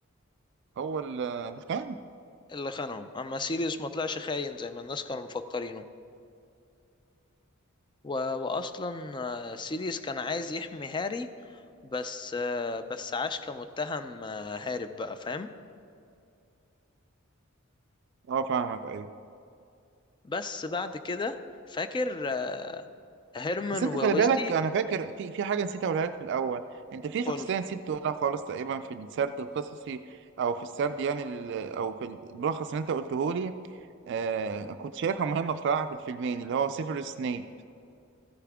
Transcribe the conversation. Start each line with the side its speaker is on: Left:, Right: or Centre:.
Right: هو ال- الخان
Left: اللي خانهم اما سيريوس ما طلعش خاين زي ما الناس كانوا مفكرينه و... واصلا آه، سيريوس كان عايز يحمي هاري بس آه، بس عاش كمتهم آه، هارب بقى فاهم
Right: اه فاهمك ايوه
Left: بس بعد كده فاكر آه، هيرمان
Right: بس انت
Left: وويزلي
Right: خلي بالك انا فاكر في في حاجه نسيت اقولها لك في الاول انت في شخصيه
Left: قول
Right: نسيت تقولها خالص تقريبا في السرد القصصي او في السرد يعني ال- او في الملخص اللي انت قلته لي آه كنت شايفها مهمه بصراحه في الفيلمين اللي هو سيفيروس سنيب